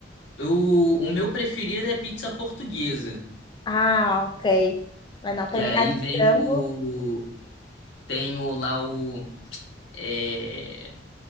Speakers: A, on the left (about 80°); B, on the left (about 25°).
A: O, o meu preferido é pizza portuguesa,
B: Ah, ok. Mas não, pra
A: que aí
B: mim, a de
A: vem
B: frango
A: o... Tem o, lá o... é,